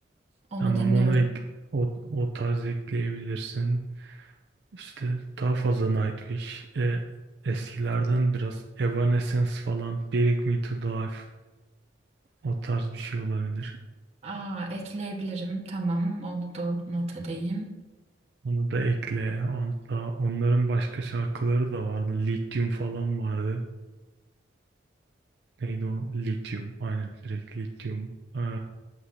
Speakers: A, on the right (about 35°); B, on the right (about 65°).
A: Onu
B: Tamam
A: dinliyorum.
B: onu ek, o, o tarz ekleyebilirsin. İşte daha fazla Nightwish. E, eskilerden biraz Evanescence falan. Bring Me To Life. O tarz bir şey olabilir.
A: Aa, ekleyebilirim. Tamam. Onu da not edeyim.
B: Onu da ekle. Hatta onların başka şarkıları da vardı. Lithium falan vardı. Neydi o? Lithium. Aynen direkt Lithium. Ee,